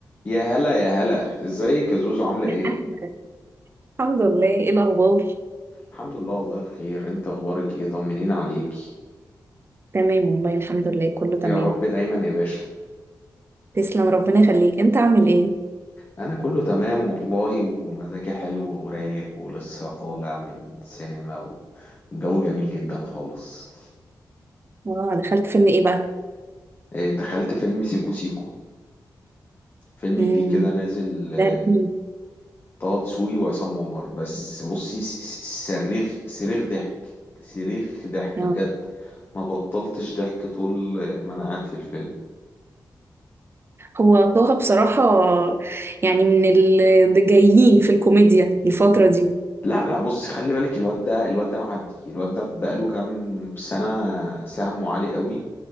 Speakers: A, on the left (about 30°); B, on the right (about 35°).
A: يا هلا يا هلا ازيك يا زوزو عاملة
B: يا
A: ايه؟
B: أحمد الحمد لله ايه الاخبار
A: الحمد لله والله بخير انت اخبارك ايه طمنين عليكي
B: تمام والله الحمد لله كله تمام
A: يا رب دايما يا باشا
B: تسلم ربنا يخليك انت عامل ايه
A: انا كله تمام والله ومزاجي حلو ورايق ولسه طالع من سينما وجو جميل جدا خالص
B: اه دخلت فيلم ايه بقى
A: آه، دخلت فيلم سيكو سيكو فيلم
B: امم
A: جديد كده نازل آه،
B: ده لذيذ.
A: طه دسوقي وعصام عمر بس بصي س- س- صريخ صريخ ضحك صريخ ضحك
B: اه
A: بجد ما بطلتش ضحك طول ما انا قاعد في الفيلم
B: هو طه بصراحة يعني من الجايين في الكوميديا الفترة دي
A: لا لا بص خلي بالك الواد ده الواد ده معدي الواد ده بقاله كام سنة سهمه عالي قوي